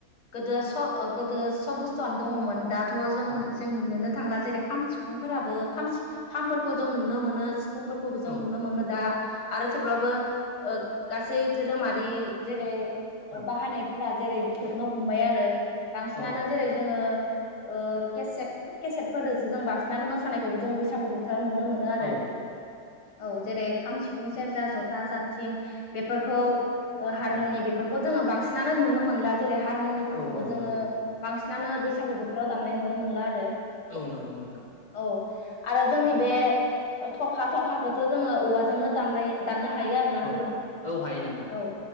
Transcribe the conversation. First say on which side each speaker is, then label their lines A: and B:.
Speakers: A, on the left (about 75°); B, on the left (about 25°).
A: गोदो स ओ गोदो सब बुस्थुआनो दङमोन दा थ' जों
B: औ
A: जों नुनोनो थांला जैरै खाम सिुफुंफोराबो खाम खामफोरखौ जों नुनो मोनो सिफुंफोर खौबो जों
B: औ
A: नुनो मोनो दा आरो थेवब्लाबो ओ गासै धोरोमारि जेरै
B: औ
A: बाहायनायफोरा जेरै थोबनो हमबाय आरो बांसिनानो
B: औ
A: जेरै जोङो ओ केसेट केसेटफोरजोंसो जों बांसिनानो मोसानायखौबो जों बैसागु बोथ राव नुनो मोनो आरो
B: औ
A: औ जेरै खाम सिफुं सेरजा जथा जाबथिं बेफोरखौ हारमनि
B: औ
A: बेफोरखौ जोङो बांसिनानो नुनो मोनला जेरै हारमनिफोरखौबो
B: औ औ
A: जोङो
B: नंगौ
A: बांसिन नानो बैसागु बोथोराव दामनाय नुनो मोनला आरो
B: औ नंगौ नोंथां
A: औ आरो जोंनि बे थरखा थरखाखौथ' जोङो औवाजोंनो दामनाय दाननो हायो आरोना
B: औ
A: नोंथां
B: औ हायो नोंथां
A: औ